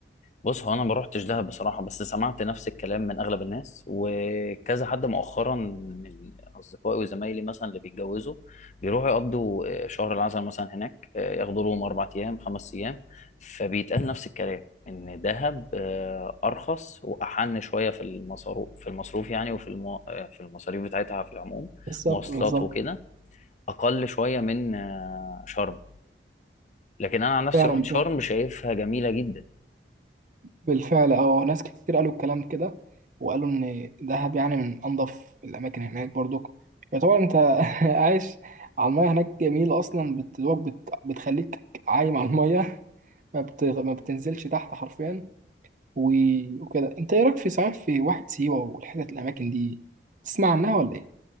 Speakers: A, on the left; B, on the right.
A: بص هو انا ما روحتش دهب بصراحه بس سمعت نفس الكلام من اغلب الناس وكذا حد مؤخرا من اصدقائي وزمايلي مثلا اللي بيتجوزوا بيروحوا يقضوا آه، شهر العسل مثلا هناك آه، ياخدوا لهم اربع ايام خمس ايام فبيتقال نفس الكلام ان دهب آه، ارخص واحن شويه في المصروف في المصروف يعني وفي المو... آه، في المصاريف بتاعتها في العموم
B: بالظبط
A: مواصلات
B: بالظبط
A: وكده اقل شويه من آه، شرم لكن انا عن نفسي
B: فعلا
A: رحت شرم
B: فعلا
A: شايفها جميله جدا
B: بالفعل اه ناس كتير قالوا الكلام كده وقالوا ان دهب يعني من انظف الاماكن هناك برضو يعتبر انت <laughs> عايش على المايه هناك جميل اصلا بت... دوب بت... بتخليك عايم على المايه ما, بت... ما بتنزلش تحت حرفيا و- وكده انت ايه رايك في صحيح في واحد سيوه والحتت الاماكن دي تسمع عنها ولا ايه